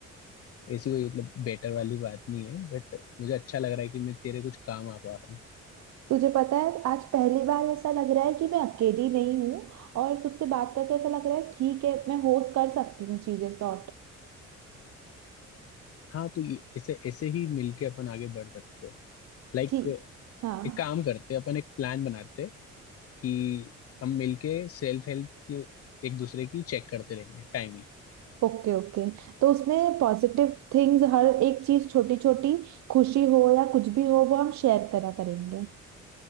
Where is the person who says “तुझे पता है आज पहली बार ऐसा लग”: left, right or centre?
Right